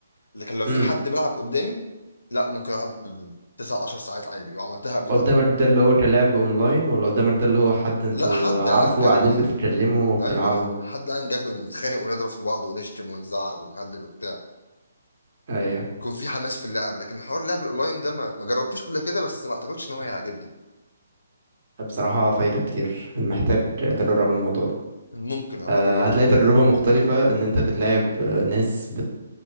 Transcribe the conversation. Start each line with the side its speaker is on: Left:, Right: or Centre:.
Left: لكن لو في
Right: امم
Left: حد بيلعب قدامي لا ممكن العب 9 10 ساعات عادي وعملتها قبل
Right: قدامك
Left: كده
Right: ده اللي هو كلاعب اونلاين ولا قدامك ده اللي هو حد انتوا
Left: لا حد
Right: عارفه
Left: قاعد جنبي
Right: وقاعدين بتتكلموا وبتلعبوا
Left: ايوه ح- حد قاعد جنبي بنتخانق ونضرب في بعض ونشتم ونزعق ونهلل وبتاع
Right: ايوه
Left: يكون في حماس في اللعب لكن حوار اللعب الاونلاين ده ما ما جربتوش قبل كده بس ما اعتقدش ان هو هيعجبني
Right: بصراحه فايتك كتير محتاج تجرب الموضوع ده
Left: ممكن ابقى
Right: آه...
Left: اجرب
Right: هتلاقي تجربه مختلفه ان انت بتلاعب ناس